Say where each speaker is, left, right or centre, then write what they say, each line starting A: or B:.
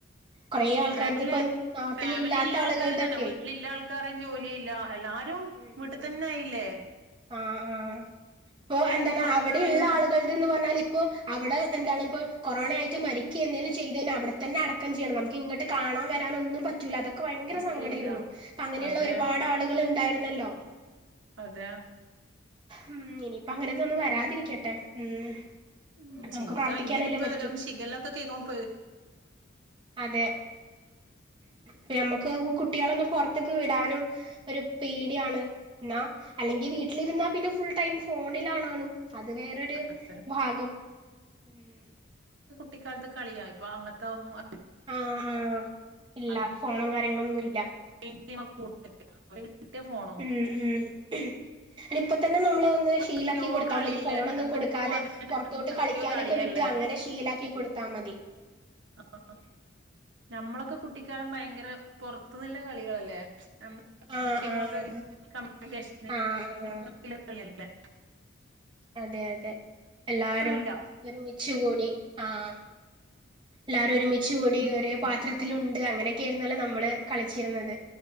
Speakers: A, on the right (about 25°); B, on the right (about 75°).
A: കൊറേ ആൾക്കാര്ത്
B: ഫാമിലെ
A: ഇപ്പം നാട്ടിലില്ലാത്ത
B: ഫാമിലി ല്ലെ
A: ആളുകൾതൊക്കെ
B: ആൾക്കാര് തന്നെ വീട്ടിലിള്ളാൾ ക്കാറൻ ജോലിയില്ല എല്ലാരും
A: ഉം ഉം
B: വീട്ട്തന്നായില്ലേ
A: ആഹ് ആഹ് ഇപ്പൊ എന്താണ്
B: പുറത്തിറങ്ങുന്ന
A: അവടി ള്ളെ ആളുകൾത് ന്ന് പർഞ്ഞാലിപ്പൊ അവടെ എന്താണ് പ്പൊ കൊറോണായിട്ട് മരിക്കെ എന്തേലും ചെയ്തഴ്ഞ്ഞാ അവടെ തന്നെ അടക്കം ചെയ്യണം നമക്ക് ഇങ്ങട്ട് കാണാൻ വരാനൊന്നും പറ്റൂല്ല അതൊ ക്കെ ഭയങ്കര
B: ഇല്ല
A: സങ്കടേര്ന്നു
B: ഇല്ല
A: അപ്പങ്ങനെള്ള
B: അതെ
A: ഒരുപാട് ആള്കള് ഉണ്ടായിരുന്നല്ലോ
B: അതെ
A: ഉം ഇനിയിപ്പോ അങ്ങനെത്തൊന്നും വരാതിരിക്കട്ടെ. ഉം
B: ഉം
A: നമുക്ക്
B: ചിന്തിക്കാ
A: പ്രാർത്ഥിക്കാനല്ലേ
B: ഇങ്ങനെ ഇപ്പ
A: പറ്റു
B: ഓരോന്ന് ശിഖല്ലൊക്കെ കേൾക്കുമ്പോ
A: അതെ പ്പ ഞമ്മക്ക് കുട്ട്യെളൊന്നും പൊർത്ത്ക്ക് വിടാനും ഒര് പേട്യാണ്. ന്നാ അല്ലെങ്കി വീട്ടിലിര്ന്നാ പിന്നെ ഫുൾ ടൈം ഫോണിലാണാ ണും അത് വേറൊരു
B: പേടിയാ
A: ഭാഗം ഉം
B: ട്ടിക്കാലത്ത് കളിയാ ഇപ്പോ അങ്ങൻത്തൊന്നും അ
A: ആഹ് ആഹ് ഇല്ല,
B: അവർക്ക്
A: ഫോണും കാര്യങ്ങളൊന്നുല്ല
B: <inaudible> ഫോണ് നോക്കും
A: ഉംഹ് ഉംഹ് യ്ന് ഇപ്പ തന്നെനമ്മളൊന്ന് ശീലാക്കികൊടുത്താമതി
B: എന്തൊക്കെയോ കളിയില്
A: ഫോണൊന്നും
B: എന്തൊക്കെയോ
A: കൊടുക്കാതെ പൊർത്തോട്ട്
B: എന്തൊക്കെയോ
A: കളിക്കാനൊക്കെ
B: കളിയല്ലേ
A: വിട്ട്, അങ്ങനെ ശീലാക്കി കൊടുത്താമതി
B: ആഹ് ഞമ്മളൊക്കെ കുട്ടിക്കാലം ഭ ഭയ്ങ്കര പൊർത്ത്ന്ന്ല്ലെ കളികളല്ലേ നമ്മ
A: ആഹ്
B: അങ്ങോട്ടുമിങ്ങോട്ടൊര്
A: ആഹ്
B: കമ്യൂണിക്കേഷേന്
A: ആഹ്
B: <unintelligible>
A: ആഹ്
B: കളിയല്ലേ
A: അതെയതെ എല്ലാരും
B: ഇല്ല
A: ഒരുമിച്ചുകൂടി ആഹ് എല്ലാരും ഒരുമിച്ചു കൂടി ഒരേപാത്രത്തിലുണ്ട് അങ്ങനെയൊക്കെയായിരുന്നല്ലോ നമ്മള് കളിച്ചിരുന്നത്.